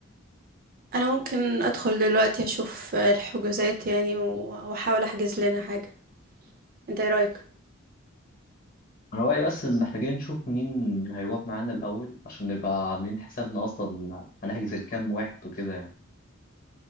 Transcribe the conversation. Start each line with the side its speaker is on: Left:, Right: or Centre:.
Right: أنا ممكن أدخل دلوقتي أشوف الحجوزات يعني و- وأحاول أحجز لنا حاجة أنت إيه رأيك؟
Left: انا رايي بس ان محتاجين نشوف مين هيروح معانا الاول عشان نبقى عاملين حسابنا اصلا هنحجز لكام واحد وكده يعني